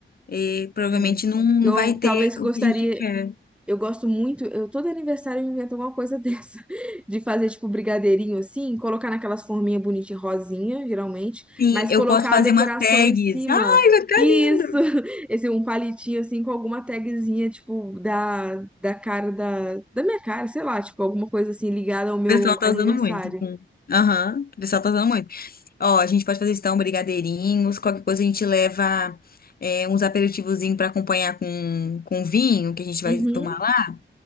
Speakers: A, on the left (about 45°); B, in the centre.
A: E provavelmente
B: Hum.
A: não, não
B: Eu
A: vai ter
B: talvez gostaria,
A: o que a gente quer.
B: Eu gosto muito, eu, todo aniversário eu invento alguma coisa <laughs> dessa, de fazer tipo brigadeirinho assim, colocar naquelas forminhas bonitinhas, rosinha, geralmente,
A: Sim,
B: mas
A: eu
B: colocar
A: posso fazer
B: a decoração
A: uma tags.
B: em cima.
A: Ai, vai ficar
B: Isso!
A: lindo.
B: <laughs>
A: O
B: Esse um palitinho assim com alguma tagzinha, tipo, da, da cara da, da minha cara, sei lá, tipo, alguma coisa assim ligada ao meu
A: pessoal tá
B: aniversário.
A: usando muito. com- Aham, o pessoal tá usando muito. Ó, a gente pode fazer então brigadeirinhos, qualquer coisa a gente leva é, uns aperitivozinhos pra acompanhar com, com vinho que a gente vai
B: Uhum.
A: tomar lá.